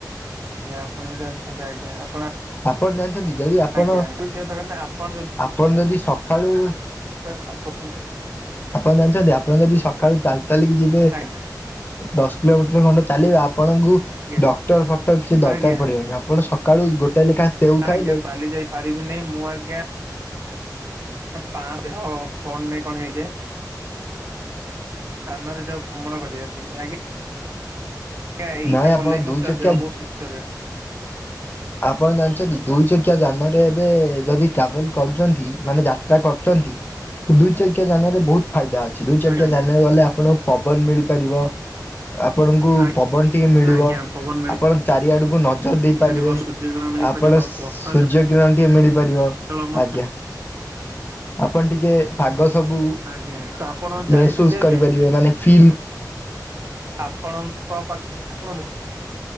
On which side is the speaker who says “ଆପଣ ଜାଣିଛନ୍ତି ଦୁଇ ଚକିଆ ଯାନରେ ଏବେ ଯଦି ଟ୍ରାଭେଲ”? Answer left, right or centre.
Left